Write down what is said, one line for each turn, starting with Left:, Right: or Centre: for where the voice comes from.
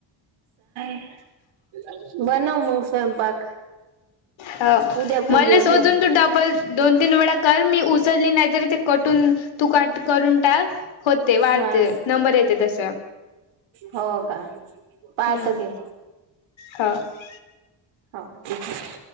Right: <inaudible> बनव मग स्वयंपाक
Left: हो
Right: उद्या बोलू
Left: मला
Right: अजून.
Left: सोजून तू डबल दोन तीन वेळा कर, मी उचलली नाहीतरी ते कटून, तू काट करून टाक. होते, वाढते
Right: हा
Left: नंबर येते तसं.
Right: हो का, पाहतो
Left: हम्म
Right: घे.
Left: ह
Right: हो.